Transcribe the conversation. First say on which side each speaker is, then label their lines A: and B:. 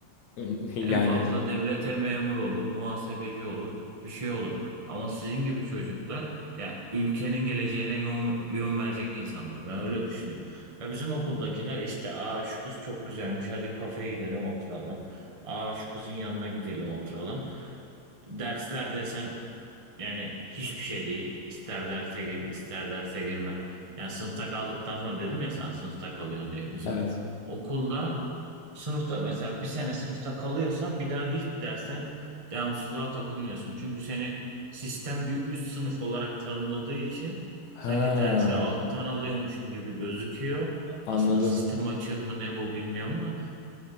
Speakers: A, on the left (about 65°); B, on the right (about 20°).
A: <laughs> Yani
B: En fazla devlete memur olur, muhasebeci olur, bir şey olur. Ama sizin gibi çocuklar ya ülkenin geleceğine yön, yön verecek insanlar. Ben öyle düşünüyorum. Ya bizim okuldakiler işte aa şu kız çok güzelmiş hadi kafeye gidelim oturalım. Aa şu kızın yanına gidelim oturalım. Dersler desen yani hiçbir şey değil. İster derse gir, ister derse girme. Yani sınıfta kaldıktan sonra dedim ya sen sınıfta kalıyorsun diye. Bizim
A: evet.
B: okulda sınıfta mesela bir sene sınıfta kalıyorsan bir daha hiçbir dersten devamsızlığa takılmıyorsun. Çünkü seni sistem bir üst sınıf olarak tanımladığı için sanki
A: Ha,
B: derse alttan alıyormuşsun gibi gözüküyor.
A: anladım.
B: Aslında sistem açığı mı ne bu bilmiyorum da.